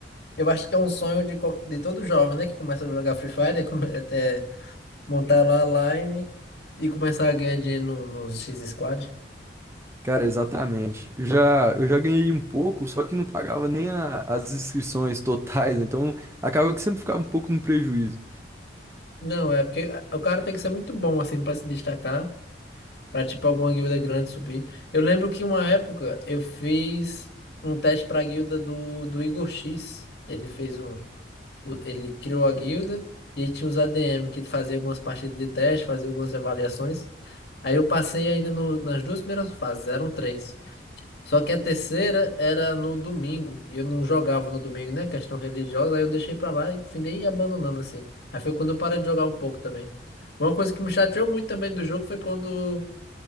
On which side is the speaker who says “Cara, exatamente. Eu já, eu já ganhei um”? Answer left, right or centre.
Right